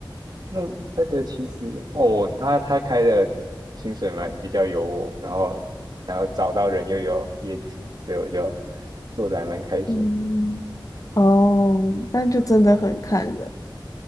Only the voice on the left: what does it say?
<laughs> 嗯，哦，那就真的很看人。